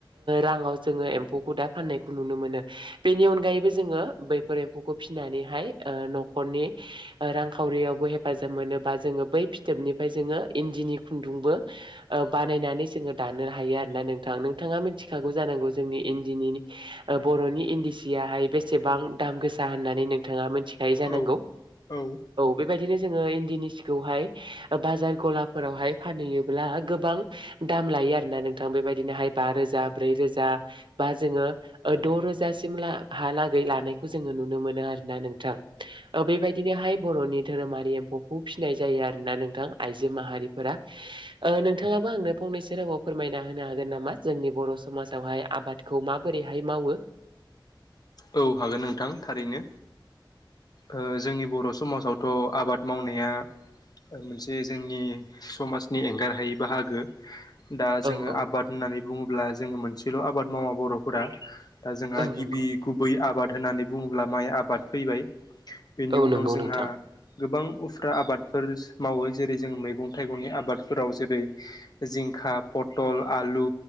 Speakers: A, on the right; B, on the left.
A: राङाव जोङो एम्फौखौ दा फाननायखौ नुनो मोनो बेनि अनगायैबो जोङो बैफोर एम्फौखौ फिसिनानैहाय ओ न'खरनि रांखावरियावबो हेफाजाब मोनो बा जोङो बै फिथोबनिफ्राय जोङो इन्दिनि खुन्दुंबो बानायनानै जोङो दानो हायो आरोना नोंथां नोंथाङा मिथिखागौ जानांगौ जोंनि इन्दिनि बर'नि इन्दि सियाहाय बेसेबां दाम गोसा होननानै नोंथाङा मिथिखायो जानांगौ।
B: औ औ
A: बेबायदिनो जोङो इन्दिनि सिखौहाय बाजार गलाफोरावहाय फानहैयोब्ला गोबां दाम लायो आरोना नोंथां बेबायदिनोहाय बा रोजा ब्रै रोजा बा जोङो द' रोजा सिमला हालागै लानायखौ जोङो नुनो मोनो आरो ना नोंथां ओ बेबादि बर'नि धोरोमारि एम्फौखौ फिसिनाय जायो आरोना नोंथां आइजो माहारिफोरा ओ नोंथां ङाबो आंनो फंनैसो रावाव फोरमायना होनो हागोन नामा जोंनि बर' समाजावहाय आबादखौ माबोरैहाय मावो?
B: औ हागोन नोंथां थारैनो ओ जोंनि बर' समाजावथ' आबाद मावनाया मोनसे जोंनि समाजनि एंगार हायै बाहागो। दा जोङो
A: औ औ
B: आबाद होननानै बुङोब्ला जोङो मोनसेल' आबाद मावा बर'फोरा दा जोंहा
A: औ
B: गिबि
A: नंगौ
B: गुबै आबाद होननानै बुङोब्ला माइ आबाद फैबाय बेनि
A: औ
B: उनाव
A: नंगौ
B: जोंहा
A: नोंथां
B: गोबां फ्रा आबादफोर मावो जेरै जों मैगं-थाइगंनि आबादफोराव जेरै जिंखा प टल आलु